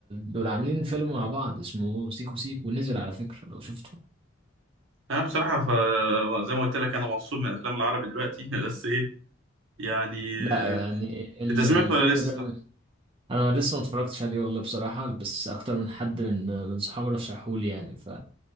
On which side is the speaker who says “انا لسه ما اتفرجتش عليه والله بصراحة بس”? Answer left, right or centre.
Right